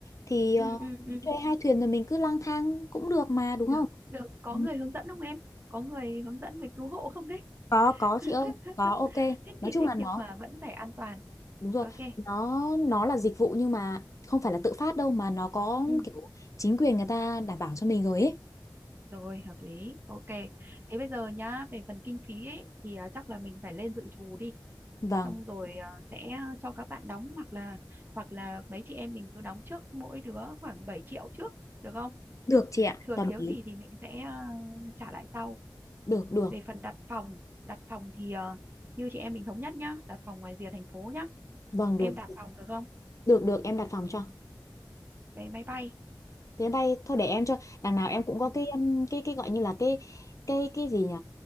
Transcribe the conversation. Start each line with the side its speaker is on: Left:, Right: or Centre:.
Left: thì ờ,
Right: ừ ừ ừ.
Left: thuê hai thuyền rồi mình cứ lang thang cũng được mà đúng
Right: được
Left: không
Right: được có
Left: Ừ.
Right: người hướng dẫn không em có người hướng dẫn về cứu hộ không đấy
Left: có có chị ơi
Right: <laughs>
Left: có ok
Right: thích
Left: nói
Right: thì
Left: chung
Right: thích
Left: là nó
Right: nhưng mà vẫn phải an toàn
Left: đúng rồi
Right: ok
Left: nó nó là dịch vụ nhưng mà không phải là tự phát đâu mà nó có
Right: ừ.
Left: kiểu chính quyền người ta đảm bảo cho mình rồi ấy
Right: rồi hợp lý ok thế bây giờ nhá về phần kinh phí ấy thì ờ, chắc là mình phải lên dự trù đi
Left: vâng
Right: xong rồi ờ, sẽ cho các bạn đóng hoặc là hoặc là mấy chị em mình cứ đóng trước mỗi đứa khoảng 7 triệu trước được không
Left: Được chị ạ.
Right: thừa
Left: đồng
Right: thiếu
Left: ý
Right: gì thì mình sẽ ờ, trả lại sau
Left: được được
Right: về phần đặt phòng đặt phòng thì ờ, như chị em mình thống nhất nhá đặt phòng ngoài rìa thành phố nhá
Left: vâng được
Right: em đặt phòng được không
Left: được được em đặt phòng cho
Right: vé máy bay
Left: thế bay thôi để em cho đằng nào em cũng có
Right: ừ,
Left: cái um, cái cái gọi như là cái cái cái gì nhỉ